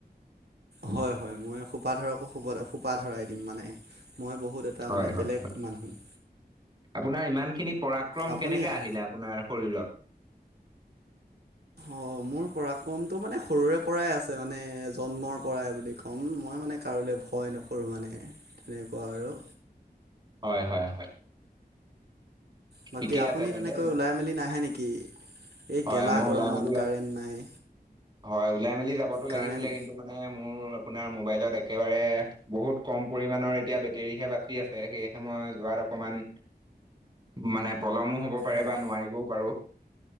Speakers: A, on the right; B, on the right.
A: হয়', - হয়', মই সোপা ধৰাকো সোব - সোপা ধৰাই দিম মানে', মই বহুত এটা
B: হয়
A: মানে
B: হয়
A: বেলেগ
B: হয়।
A: মানুহ',
B: আপোনাৰ ইমান খিনি পৰাক্ৰম
A: আপুনি
B: কেনেকে
A: অ'
B: আহিলে আপোনাৰ শৰীৰত',
A: অ', মোৰ পৰাক্ৰমতটো মানে সৰুৰে পৰাই আছে মানে জ', জন্মৰ পৰাই বুলি ক'ম মই মানে কাৰোলে ভয় নকৰোঁ মানে তেনেকুৱা আৰু',
B: হয়', - হয়', -হয়',
A: বাকী
B: ঠিকে
A: আপুনি
B: আছে তেন্তে
A: তেনেকৈ
B: ইমান
A: ওলাই মেলি নাহে নেকি এই
B: হয়
A: গেলা
B: মই ওলাই
A: গৰমত
B: মেলি যাম।
A: কাৰেণ্ট নাই',
B: হয়', ওলাই মেলি যাবতো লাগিছিলে
A: কাৰেণ্ট
B: কিন্তু মানে মোৰ আপোনাৰ মোবাইলত একেবাৰে', বহুত কম পৰিমানৰ এতিয়া বেটেৰীহে বাকি আছে সেয়েহে মই যোৱাত অকমান', মানে পলমো হ'ব পাৰে
A: হয়
B: বা নোৱাৰিবও পাৰোঁ',